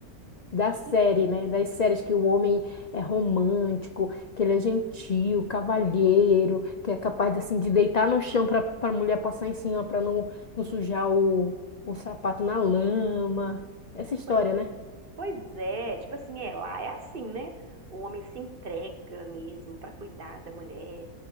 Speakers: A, on the left (about 80°); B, on the right (about 40°).
A: da série,
B: E,
A: né? Das séries que o homem é romântico, que ele é gentil, cavalheiro, que é capaz assim de deitar no chão para para a mulher passar em cima para não, não sujar o, o sapato na lama. Essa história,
B: pois
A: né?
B: Pois é, tipo assim, é, lá é assim, né? O homem se entrega mesmo para cuidar da mulher,